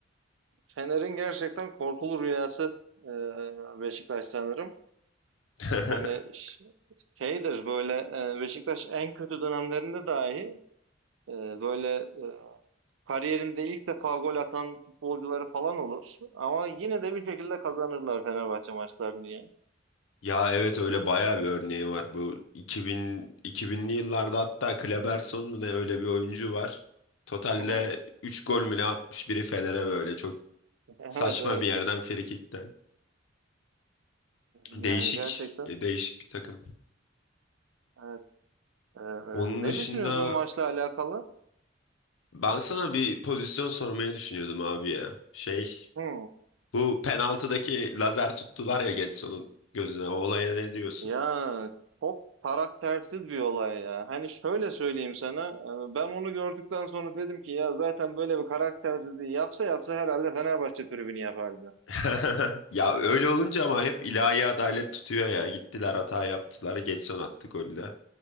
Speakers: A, on the right; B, on the left.
A: Fener'in gerçekten korkulu rüyası e, Beşiktaş sanırım.
B: <laughs>
A: Hani ş- şeydir böyle e, Beşiktaş en kötü dönemlerinde dahi e, böyle e, kariyerinde ilk defa gol atan futbolcuları falan olur. Ama yine de bir şekilde kazanırlar Fenerbahçe maçlarını ya.
B: Ya evet öyle bayağı bir örneği var. Bu 2000 2000'li yıllarda hatta Kleberson mu ne öyle bir oyuncu var. Totalle
A: Hı hı.
B: 3 gol mü ne atmış biri Fener'e böyle çok
A: Evet
B: saçma
A: evet.
B: bir yerden frikikten.
A: Yani
B: Değişik,
A: gerçekten.
B: e, değişik bir takım.
A: Evet. Ee,
B: Onun
A: ne
B: dışında
A: düşünüyorsun maçla alakalı?
B: ben sana bir pozisyon sormayı düşünüyordum abi ya. Şey,
A: Hı.
B: bu penaltıdaki lazer tuttular ya Getson'un gözüne. O olaya ne diyorsun?
A: Ya çok karaktersiz bir olay ya. Hani şöyle söyleyeyim sana. e, Ben onu gördükten sonra dedim ki ya zaten böyle bir karaktersizliği yapsa yapsa herhalde Fenerbahçe tribünü yapardı.
B: <laughs> Ya öyle olunca ama hep ilahi adalet tutuyor ya. Gittiler hata yaptılar. Getson attı golü de.